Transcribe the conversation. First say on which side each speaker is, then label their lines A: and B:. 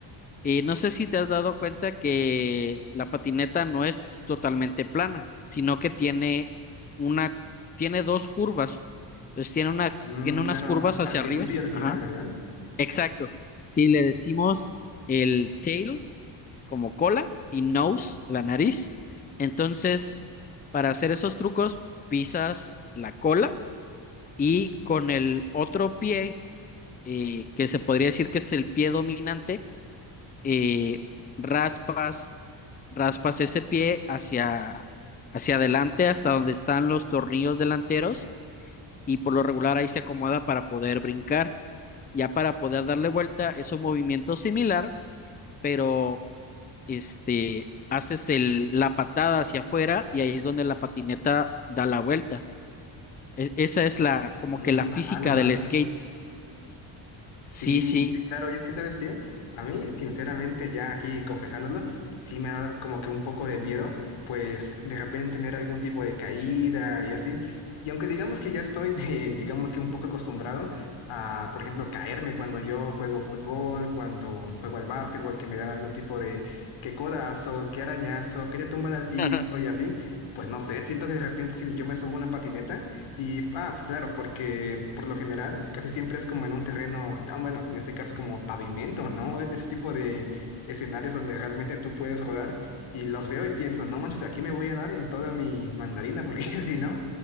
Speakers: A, on the left; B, on the left.
A: y no sé si te has dado cuenta que la patineta no es totalmente plana, sino que tiene una, tiene dos curvas. Entonces tiene una,
B: Mm,
A: tiene
B: claro,
A: unas curvas
B: a-
A: hacia
B: al principio
A: arriba.
B: y al
A: Ajá.
B: final, ¿verdad?
A: Exacto. Si le decimos el tail como cola y nose, la nariz. Entonces, para hacer esos trucos, pisas la cola y con el otro pie, eh, que se podría decir que es el pie dominante, eh, raspas raspas ese pie hacia, hacia adelante hasta donde están los tornillos delanteros y por lo regular ahí se acomoda para poder brincar. Ya para poder darle vuelta es un movimiento similar, pero este haces el, la patada hacia afuera y ahí es donde la patineta da la vuelta. Es- esa es la como
B: Mm,
A: que la física
B: vale, vale.
A: del skate.
B: Sí,
A: Sí, sí.
B: sí, claro. Y es que, ¿sabes qué? A mí, sinceramente, ya aquí confesándolo, sí me da como que un poco de miedo, pues de repente tener algún tipo de caída y así. Y aunque digamos que ya estoy, de- <laughs> digamos que un poco acostumbrado a, por ejemplo, caerme cuando yo juego fútbol, cuando juego al básquetbol, que me dan algún tipo de que codazo, que arañazo, que te tumban al piso
A: <laughs>
B: y así, pues no sé, siento que de repente si yo me subo a una patineta, y, ah, claro, porque por lo general casi siempre es como en un terreno, ah, bueno, en este caso como pavimento, ¿no? En ese tipo de escenarios donde realmente tú puedes rodar y los veo y pienso, no manches, aquí me voy a dar en toda mi mandarina, porque <laughs> si no,